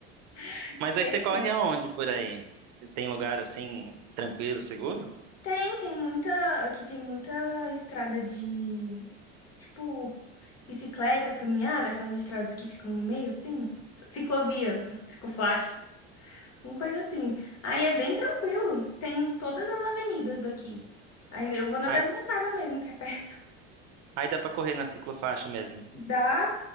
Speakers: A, on the left; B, on the right.
A: <laughs>
B: Mas
A: Queria.
B: aí você corre aonde por aí? Tem lugar assim, tranquilo, seguro?
A: Tem, tem muita. Aqui tem muita estrada de. Tipo, bicicleta, caminhada, aquelas estradas que ficam no meio, assim. Ciclovia, <laughs> ciclofaixa, uma coisa assim. Aí é bem tranquilo. Tem todas as avenidas daqui. Aí eu vou na
B: Aí,
A: da minha casa mesmo, que é perto.
B: aí dá pra correr na ciclofaixa mesmo.
A: Dá